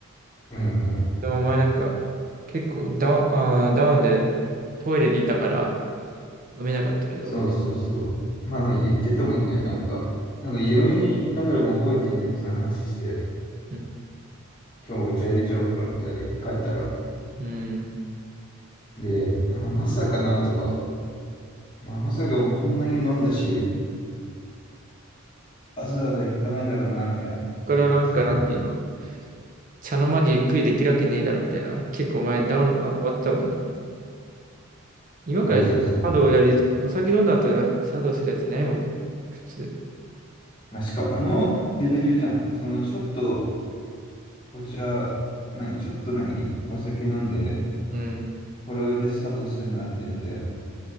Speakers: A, on the left; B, on the right.
A: うん。うん
B: でもお前なんか、結構ダウン、あー、ダウンでトイレにいたから飲めなかったけど。
A: そうそうそう。まあ、言ってたもんね。なんか、なんか酔いながらも覚えてね、その話して、
B: うん。
A: 今日お茶入れちゃおうか、みたいな、帰ったら。
B: うん
A: で、あ、まさかな、とか、まあ、まさかもうこんなに飲んだし、わざわざ行かないだろうな、みたいなこと言ってて。
B: ここからなんか、なんていうの茶の間でゆっくりできるわけねえだろみたいな。結構お前ダウン、あ、終わったもんな。今から茶道やる、
A: そうそうそう。
B: お酒飲んだ後茶道するやついないもんね。普通。
A: まあ、しかもあのレベルじゃん。その、ちょっとお茶、何、ちょっと何、お酒飲んで、
B: うん。
A: これで作動するなら全然、